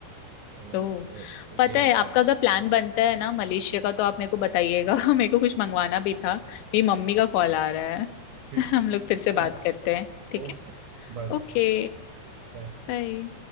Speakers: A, on the right (about 70°); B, on the left (about 85°).
A: अ,
B: तो
A: न- अ,
B: पता
A: गेम
B: है आपका
A: था एक।
B: अगर प्लान बनता है ना मलेशिया का तो आप मेरे को बताइएगा <laughs> मेरे को कुछ मंगवाना भी था मेरी मम्मी का कॉल आ रहा है
A: बिल्कुल
B: <laughs> हम लोग फिर से
A: चलो
B: बात करते हैं ठीक
A: ओके
B: है
A: Bye bye
B: ओके
A: बाय।
B: बाय